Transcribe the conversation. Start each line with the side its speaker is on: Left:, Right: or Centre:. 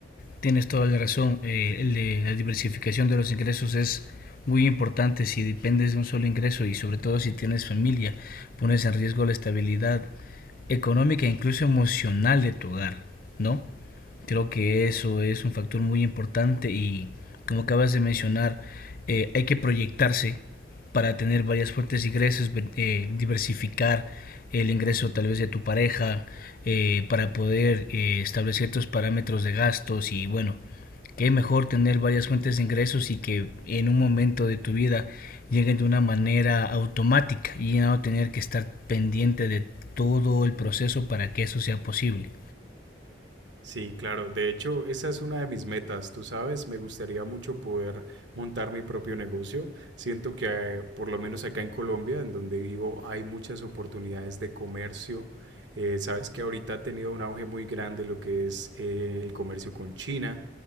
Left: Tienes toda la razón. eh, la diversificación de los ingresos es muy importante si dependes de un solo ingreso y sobre todo si tienes familia, pones en riesgo la estabilidad económica e incluso emocional de tu hogar, ¿no? Creo que eso es un factor muy importante y como acabas de mencionar, eh, hay que proyectarse para tener varias fuentes de ingresos, eh, diversificar el ingreso tal vez de tu pareja, eh, para poder eh, establecer tus parámetros de gastos y bueno, qué mejor tener varias fuentes de ingresos y que en un momento de tu vida lleguen de una manera automática y no tener que estar pendiente de todo el proceso para que eso sea posible.
Right: Sí, claro. De hecho, esa es una de mis metas, tú sabes, me gustaría mucho poder montar mi propio negocio. Siento que eh, por lo menos acá en Colombia, en donde vivo, hay muchas oportunidades de comercio. Eh, sabes que ahorita ha tenido un auge muy grande lo que es eh, el comercio con China,